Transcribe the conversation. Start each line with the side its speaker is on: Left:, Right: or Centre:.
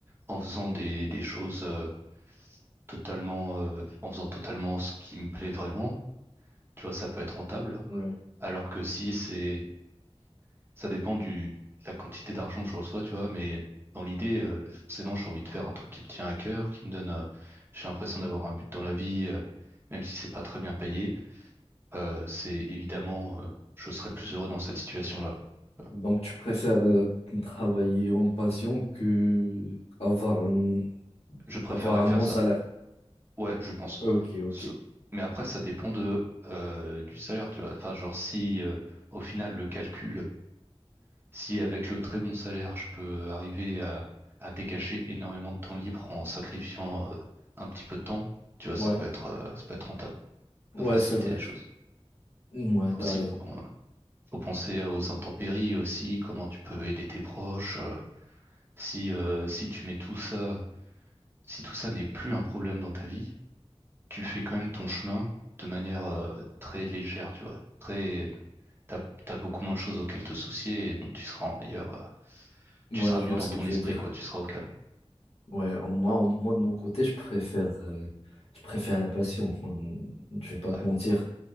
Right: en faisant des, des choses euh, totalement, euh, en faisant totalement ce qui me plaît vraiment, tu vois, ça peut être rentable.
Left: ouais.
Right: Alors que si c'est Ça dépend du, de la quantité d'argent que je reçois, tu vois, mais dans l'idée, euh, forcément, j'ai envie de faire un truc qui me tient à cœur, qui me donne, euh, j'ai l'impression d'avoir un but dans la vie, euh, même si c'est pas très bien payé. Euh, c'est évidemment, euh, je serais plus heureux dans cette situation-là. Euh,
Left: Donc tu préfères euh, travailler en passion que avoir un,
Right: Je préférerais
Left: avoir
Right: faire
Left: un bon
Right: ça.
Left: salaire.
Right: Ouais, je pense.
Left: Ok, ok.
Right: Sau- Mais après, ça dépend de, euh, du salaire, tu vois. Enfin, genre, si, euh, au final, le calcul Si avec le très bon salaire, je peux arriver à, à dégager énormément de temps libre en sacrifiant euh, un petit peu de temps, tu vois,
Left: Ouais,
Right: ça peut être, euh, ça peut être rentable, ça
Left: ouais,
Right: peut faciliter
Left: c'est vrai.
Right: les choses.
Left: Ouais, t'as
Right: Faut aussi,
Left: raison.
Right: euh, faut penser aux intempéries aussi, comment tu peux aider tes proches. euh, si, euh, si tu mets tout ça, si tout ça n'est plus un problème dans ta vie, tu fais quand même ton chemin de manière euh, très légère, tu vois, très, t'as, t'as beaucoup moins de choses auxquelles te soucier et donc tu seras en meilleur, euh, tu
Left: Ouais,
Right: seras
Left: je
Right: mieux
Left: vois
Right: dans
Left: ce que
Right: ton
Left: tu
Right: esprit,
Left: veux dire.
Right: quoi, tu seras au calme.
Left: Ouais, en- moi, en- moi de mon côté, je préfère, euh, je préfère la passion. Hum, Je vais pas
Right: Ouais.
Left: te mentir.